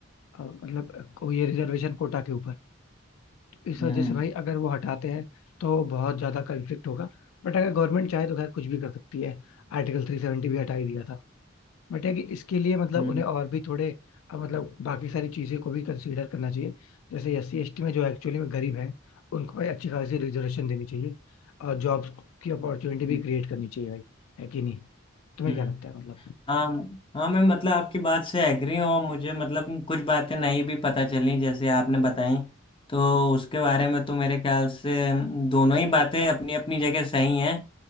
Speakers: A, on the left; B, on the left.
A: अ, मतलब को- ये रिजर्वेशन कोटा के ऊपर तो इस
B: हम्म
A: वजह से भाई अगर वो हटाते हैं तो बहुत ज्यादा कंफ्लिक्ट होगा बट अगर गवर्नमेंट चाहे तो खैर कुछ भी कर सकती है आर्टिकल थ्री सेवेंटी भी हटा ही दिया था बट है कि इसके लिए मतलब
B: हम्म
A: उन्हें और भी थोड़े अ, मतलब बाकी सारी चीज़ें को भी कंसीडर करना चाहिए जैसे एस सी एस टी में जो एक्चुअली में गरीब हैं उनको भाई अच्छी खासी रिजर्वेशन देनी चाहिए और जॉब्स की अपॉर्चुनिटी भी
B: हम्म
A: क्रिएट करनी चाहिए भाई है कि नहीं तुम्हें
B: हम्म
A: क्या लगता है मतलब
B: हाँ हाँ मैं मतलब आपकी बात से एग्री हूँ मुझे मतलब कुछ बातें नहीं भी पता चली जैसे आपने बताई तो उसके बारे में तो मेरे ख्याल से दोनों ही बातें अपनी अपनी जगह सही हैं